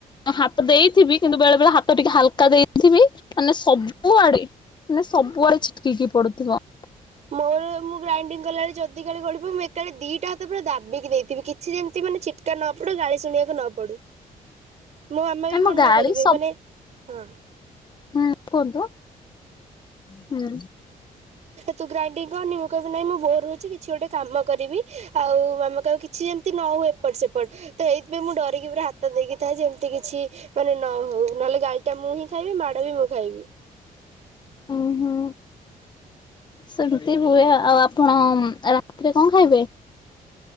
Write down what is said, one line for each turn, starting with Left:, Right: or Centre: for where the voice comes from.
Left: ହାତ ଦେଇଥିବି କିନ୍ତୁ ବେଳେ ବେଳେ ହାତ ଟିକେ ହାଲ୍କା ଦେଇଥିବି ମାନେ ସବୁଆଡେ ମାନେ ସବୁଆଡେ ଛିଟକି କି ପଡୁଥିବ।
Right: ମୋର ମୁଁ ଗ୍ରାଇଣ୍ଡିଙ୍ଗ୍ କଲା ବଳେ ଯଦି କାଳେ ପଡିବ ମୁଁ ଏକାଳେ ଦିଟା ହାତ ପୁରା ଦାବିକି ଦେଇଥିବି କିଛି ଯେମିତି ମାନେ ଛି ଟିକା ନ ପଡୁ ଗାଳି ଶୁଣିବାକୁ ନ ପଡୁ। ମୋ ମାମା ବି
Left: ଆମ
Right: ମନା
Left: ଗାଳି
Right: କରିବେ
Left: ସବୁ
Right: ମାନେ- ହଁ।
Left: ହୁଁ କୁହନ୍ତୁ ହୁଁ।
Right: ତୁ ଗ୍ରାଇଣ୍ଡିଂ କରନି ମୁଁ କହିବି ନାହିଁ ମୁଁ ବୋର୍ ହଉଚି କିଛି ଗୋଟେ କାମ କରିବି। ଆଉ ମାମା କହିବ କିଛି ଯେମିତି ନ ହୁଏ ଏପଟ୍ ସେପଟ୍ ତ ଏଇଥିପାଇଁ ମୁଁ ଡରିକି ପୁରା ହା <unintelligible> ଥାଏ ଯେମିତି କିଛି ମାନେ ନ ହଉ ନହେଲେ ଗାଳିଟା ମୁଁ ହିଁ ଖାଇବି ମାଡ ବି ମୁଁ ଖାଇବି।
Left: ହୁଁ -ହୁଁ। ସେମିତି ହୁଏ ଆଉ ଆପଣ ରାତିରେ କଣ ଖାଇବେ?